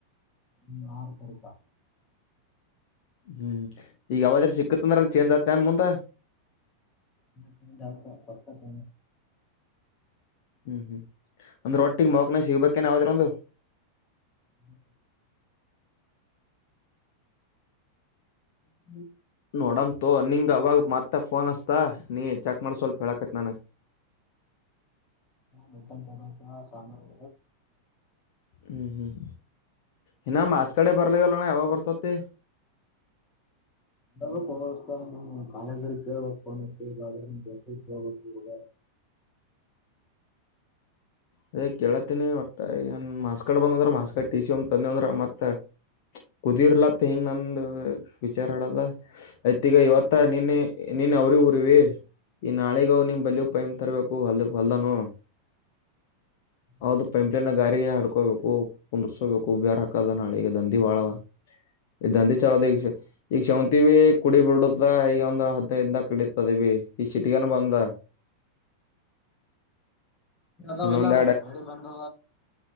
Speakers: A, on the left (about 25°); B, on the left (about 50°).
A: ಹ್ಮ ಯಾರ ಬತಾ
B: ಹ್ಮ್ ಈಗ ಯಾವಾದ್ರ ಸಿಕ್ಕತ್ ಅಂದ್ರ ಅಲ್ ಚೇಂಜ್ ಆತ ಅನ್ ಮುಂದ
A: ನ ಚಾತ ಪಕ್ಕ ಚ
B: ಹ್ಮ್ ಹ್ಮ್ ಅಂದ್ರ ಒಟ್ಟಿಿಗೆ ಮಕ್ನಸ ಇಬಕ್ಕನ್ಾವ್ರ ಒಂದು
A: ಹ್ಮ ಹ್ಮ
B: ನೋಡಮಂತ ನಿಂಗ ಅವಾಗ ಮತ್ತೆ ಫೋನ್ ಅಸ್ತ ನೀ ಚೆಕ್ ಮಾಡ ಸ್ವಲ್ಪ ಹೇಳಾಕತ್ ನನ್
A: ಮತ್ತನ್ ಚಲ ಸಾಮನ್
B: ಹ್ಮ್ ಹ್ಮ್ ಇನ್ನ ಮಾಸ ಕಡೆ ಬರ್ಲಲ್ಲಣ ಯಾವಾಗ ಬರ್ತತಿ
A: ಹ ಸ್ ನಮ್ ಕಾಯಗ ಕೇಳಳ್ಬೇಕು ಅತ್ತೆ ಇಲ್ಲ ಅದ್ರ ದಸ್ ಕೇಳಳ್ಬೇಕು <inaudible>
B: ಅದೇ ಕೇಳತ್ತೀನಿ ಹೊಟ್ಟ ಏನ್ ಮಾಸ್ಕಡ್ ಬಂದ ಅಂದ್ರ ಮಾಸ್ಕಡ್ ಟ ಸಿ ಒ ತಂದಿ ಅಂದ್ರ ಮತ್ತ ಕುದಿರ್ಲತ್ ಹಿಂಗ್ ನಂದು ವಿಚಾರ ಆಡದ ಯ್ತ ಈಗ ಇವತ್ತ ನಿನ್ನೆ ನೀನ್ ಅವ್ರಿ ಊರಿಿ ಈ ನಾಳಿಗವು ನಿಮ್ ಬಲ್ಲಿ ಪೈಮ್ ತರಬೇಕು ಅ ಹೊಲ್ಲನು
A: <inaudible>
B: ಹೌದು ಪೈಂಪ್ಲೈನ್ ಗಾರಿಗೆ ಹಾಡ್ಕೋಬೇಕು ಕುಂದಸ್ಕೋಬೇಕು ಬೇರ್ ಹಾಕದ ನಾಳಿಗೆ ದಂಧಿ ಬಾಳವ ಈ ದಂದಿ ಚಲೋದ ಈಗ ಈಗ ಶಾವಂತಿ ಭ ಕುಡಿ ಬಿಡತ್ತ ಈಗ ಒಂದ್ ಹದ್ೈದಿಂದ ಕಡತದವಿ ಈ ಸಿಟಗಾನ ಬಂದ
A: ನೀ
B: ಇನ್ನೊಂದ್
A: ಇಲ್ಲ ನಡಿ ಬಂದದ